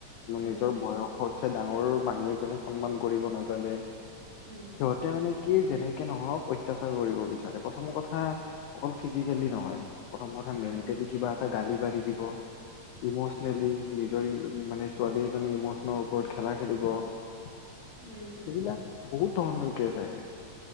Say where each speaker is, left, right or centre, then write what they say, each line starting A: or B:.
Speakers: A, on the right (about 25°); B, on the left (about 80°).
A: উম
B: নিজৰ
A: হুম
B: বয়স সতছে ডাঙৰ মানুহ এজনেক সন্মান কৰিব নাজানে।
A: উম।
B: সিহতে মানে কি, যেনে কে নহওক অত্যাচাৰ কৰিব বিচাৰে প্ৰথম কথা অকল ফিজিকেলি নহয়। প্ৰথম কথা
A: উম
B: মেন্টেল কিবা এটা গালি গালি দিব। ইম'চনেলি, নিজৰ এই মানে, ছোৱালী এজনী ইম'চনৰ ওপৰত খেলা খেলিব। সেইবিলাক
A: বুজিছো
B: বহুত ধৰণৰ কেছ আহে।